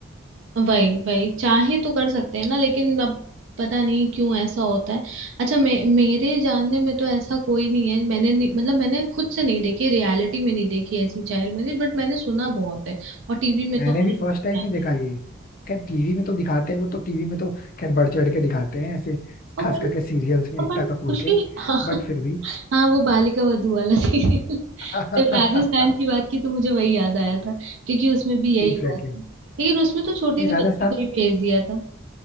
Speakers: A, on the right; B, on the left.
A: वही वही चाहे तो कर सकते हैं ना लेकिन अब पता नहीं क्यों ऐसा होता है अच्छा मे, मेरे जानने में तो ऐसा कोई नहीं है मैंने नहीं, मतलब मैंने खुद से नहीं देखी रियलिटी में नहीं देखी ऐसी चाइल्ड मैरिज बट मैंने सुना बहुत है और टीवी में
B: मैंने
A: तो
B: भी फर्स्ट टाइम
A: है।
B: ही देखा ये खैर टीवी में तो दिखाते हैं वो तो टीवी में तो खैर बढ़ चढ़ के दिखाते हैं ऐसे
A: और
B: खास
A: बड़ी
B: करके सीरियल्स में
A: और
B: एकता
A: बड़ी
B: कपूर
A: खुशी
B: के
A: <laughs>
B: बट फिर भी
A: हाँ वो बालिका वधू वाला सीरियल <laughs>
B: <laughs>
A: जब
B: एग्जैक्टली
A: राजस्थान की बात की तो मुझे वही याद आया था क्योंकि उसमें भी
B: exactly.
A: यही हुआ था लेकिन उसमें तो छोटी
B: नहीं राजस्थान
A: सी बच्ची को
B: में
A: ही भेज दिया था